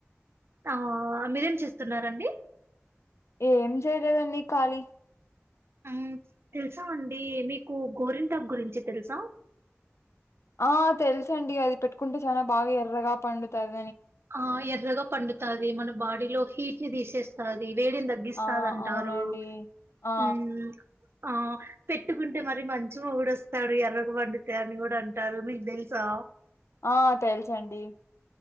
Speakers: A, on the right (about 60°); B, on the left (about 70°).
A: ఆహ్ మీరేం చేస్తున్నారండి.
B: ఏం చేయలేదండి. ఖాళీ
A: మ్మ్ తెలుసా అండి మీకు గోరింటాకు గురించి తెలుసా
B: ఆ తెలుసండి అది పెట్టుకుంటే చానా బాగా ఎర్రగా పండుతాది
A: ఆ ఎర్రగ పండుతాది మన బాడీలో హీట్ని తీసేస్తాది వేడిని తగ్గిస్తాదంటారు
B: ఆ అవునండి ఆ
A: హ్మ్ ఆ పెట్టుకుంటే మరి మంచి మొగుడు వస్తాడు ఎర్రగా పండితే అని కూడా అంటారు. మీకు తెలుసా
B: ఆ తెలుసండి